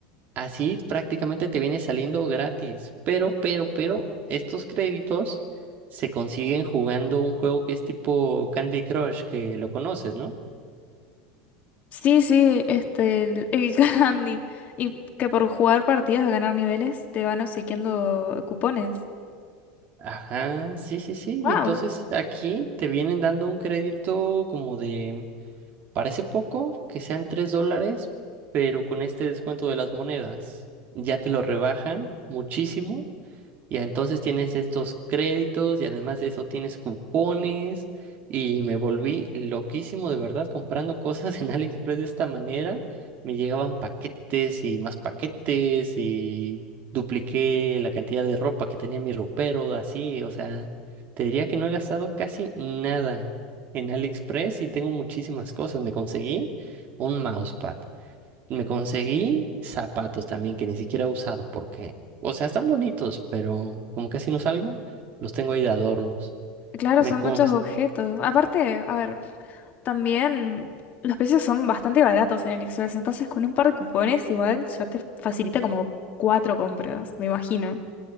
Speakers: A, on the right (about 45°); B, on the left (about 45°).
A: así prácticamente te viene saliendo gratis. Pero, pero, pero, estos créditos se consiguen jugando un juego que es tipo Candy Crush, que lo conoces, ¿no?
B: Sí, sí, este, el, el <laughs> candy. Y que por jugar partidas a ganar niveles te van obsequiando cupones.
A: Ajá, sí, sí, sí.
B: ¡Wow!
A: Y entonces aquí te vienen dando un crédito como de, parece poco, que sean tres dólares, pero con este descuento de las monedas ya te lo rebajan muchísimo y entonces tienes estos créditos y además de eso tienes cupones y me volví loquísimo de verdad comprando <laughs> cosas en AliExpress de esta manera. Me llegaban paquetes y más paquetes y dupliqué la cantidad de ropa que tenía en mi ropero, así, o sea, te diría que no he gastado casi nada en AliExpress y tengo muchísimas cosas. Me conseguí un mousepad. Me conseguí zapatos también que ni siquiera he usado porque, o sea, están bonitos, pero como casi no salgo, los tengo ahí de adornos.
B: Claro,
A: Me,
B: son
A: cons-
B: muchos objetos. Aparte, a ver. También los precios son bastante baratos en el Express, entonces con un par de cupones igual ya te facilita como cuatro compras, me imagino.